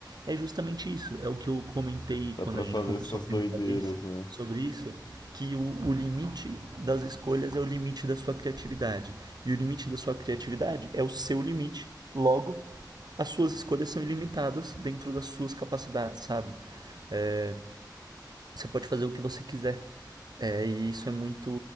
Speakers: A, on the right; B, on the left.
A: é justamente isso. É o que eu comentei
B: Dá
A: quando
B: pra
A: a
B: fazer
A: gente conversou
B: essas
A: a primeira
B: doideiras,
A: vez
B: né?
A: sobre isso, que o, o limite das escolhas é o limite da sua criatividade. E o limite da sua criatividade é o seu limite. Logo, as suas escolhas são ilimitadas dentro das suas capacidades, sabe? É, você pode fazer o que você quiser. É, e isso é muito,